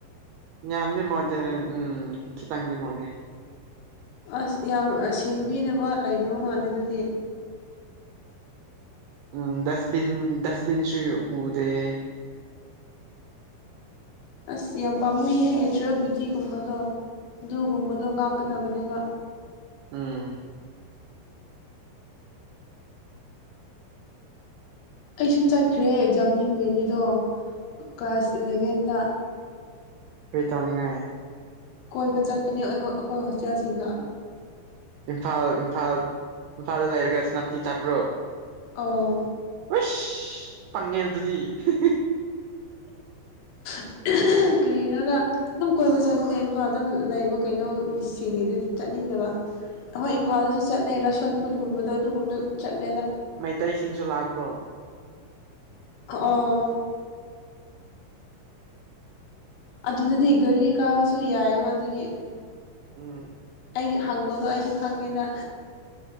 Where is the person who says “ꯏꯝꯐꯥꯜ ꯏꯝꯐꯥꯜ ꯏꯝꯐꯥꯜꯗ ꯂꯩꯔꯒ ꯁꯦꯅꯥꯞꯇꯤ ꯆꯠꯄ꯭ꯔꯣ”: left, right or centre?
Right